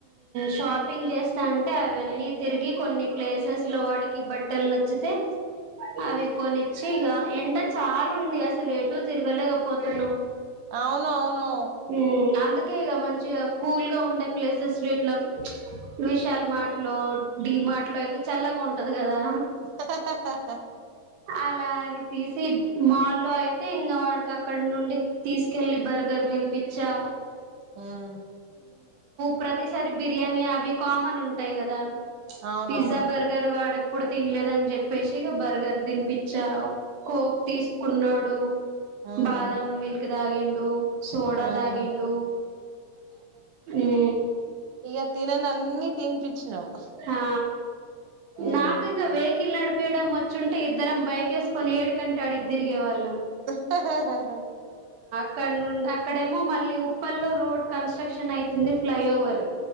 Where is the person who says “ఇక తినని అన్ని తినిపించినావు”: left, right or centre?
Right